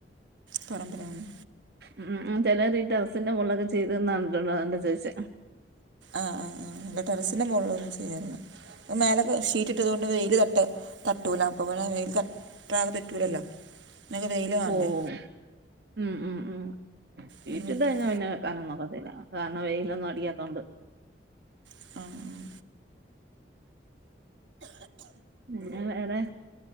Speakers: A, on the right; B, on the right.
A: പറമ്പിലാന്ന്
B: ഉം ചിലതി ടൊസിന്റെ മോള്ളക്കെ ചെയ്തന്നണ്ടോ അതോണ്ടാ ചോദിച്ചെ
A: ആഹ് ആഹ് ആഹ് ഇല്ല ടെറസിന്റെ മൊള്ലൊന്നും ചെയ്യാറില്ല പ്പ മേലൊക്കെ ഷീറ്റ്ട്ടതൊണ്ട് വെയിൽ തട്ടുതട്ടൂല അപ്പ പിന്നെ വെയിൽ ത <unintelligible> വേണ്ടേ
B: ഓ ഓ ഓ മ് മ് മ് സീറ്റ്ട്ട്
A: പിന്നെ പറ്റൂല
B: കഴിഞ്ഞപിന്നെ വെക്കാനൊന്നൊക്കത്തില്ല കാൺന്ന വെയിലൊന്നും അടിയാത്തൊണ്ട്
A: <unintelligible>
B: പിന്ന വേറെ